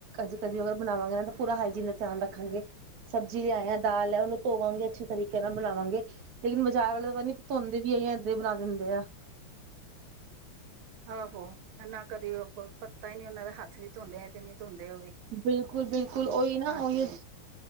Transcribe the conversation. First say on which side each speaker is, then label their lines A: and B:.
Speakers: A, on the right (about 60°); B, on the right (about 80°).
A: ਅਸੀਂ ਕਦੀ ਅਗਰ ਬਣਾਵਾਂਗੇ ਨਾ ਪੂਰਾ ਹਾਈਜੀਨ ਦਾ ਧਿਆਨ ਰੱਖਾਂਗੇ ਸਬਜ਼ੀ ਲਿਆਏਆ ਦਾਲ ਉਹਨੂੰ ਧੋਵਾਂਗੇ ਅੱਛੇ ਤਰੀਕੇ ਨਾਲ ਬਣਾਵਾਂਗੇ ਲੇਕਿਨ ਬਾਜ਼ਾਰ ਵਾਲੇਤਾ ਨੀ ਧੋਂਦੇ ਵੀ ਆ ਜਾਂ ਇਏਦਾਂ ਹੀ ਬਣਾ ਦਿੰਦੇ ਆ
B: ਆਹੋ ਨਾ ਕਦੇ ਉਹ ਪਤਾ ਹੀ ਨੀ ਉਹਨਾਂ ਦਾ ਹੱਥ ਵੀ ਧੋਂਦੇ ਆ ਕਿ ਨਹੀਂ ਧੋਂਦੇ ਉਹ ਵੀ
A: ਬਿਲਕੁਲ ਬਿਲਕੁਲ ਉਹੀ ਨਾ
B: ਹਾਂਜੀ
A: ਉਹੀ